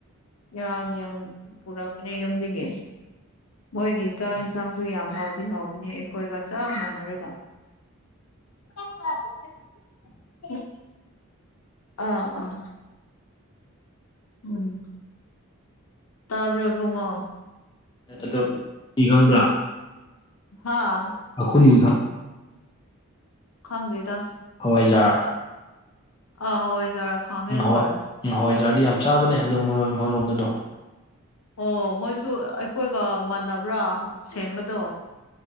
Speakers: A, on the left; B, on the left.
A: ꯌꯥꯝ ꯌꯥꯝ ꯄꯨꯔꯛꯄꯅꯦ ꯌꯨꯝꯗꯒꯤ ꯃꯣꯏꯒꯤ ꯆꯥꯛ ꯌꯦꯟꯁꯥꯡꯁꯨ ꯌꯥꯝ ꯍꯥꯎꯗꯤ ꯍꯥꯎꯕꯅꯤ ꯑꯩꯈꯣꯏꯒ ꯆꯞ ꯃꯥꯟꯅꯔꯒ ꯍ <unintelligible> ꯎꯝ <unintelligible> ꯑꯥ ꯑꯥ ꯎꯝ ꯇꯥꯕ꯭ꯔꯣ ꯢꯕꯨꯡꯉꯣ
B: ꯑꯗꯣ ꯀꯤ ꯈꯪꯕ꯭ꯔꯥ
A: ꯍꯥꯥ
B: ꯑꯩꯈꯣꯏꯅꯤ
A: ꯈꯪꯗꯦꯗ
B: ꯍꯋꯥꯏꯖꯥꯔ
A: ꯑꯥ ꯍꯋꯥꯏꯖꯥꯔ ꯈꯥꯡꯉꯦ
B: ꯑꯝ ꯅꯋꯥꯏꯖꯥꯔ
A: ꯍꯣꯏ
B: ꯅꯋꯥꯏꯖꯥꯔꯗꯤ ꯌꯥꯝ ꯆꯥꯕꯅꯦ ꯑꯗꯣ ꯃꯣ ꯃꯣꯢꯔꯣꯝꯗꯣ ꯑꯗꯨꯝ
A: ꯑꯣ ꯃꯣꯏꯁꯨ ꯑꯩꯈꯣꯏꯒ ꯃꯥꯟꯅꯕ꯭ꯔꯥ ꯁꯦꯝꯕꯗꯣ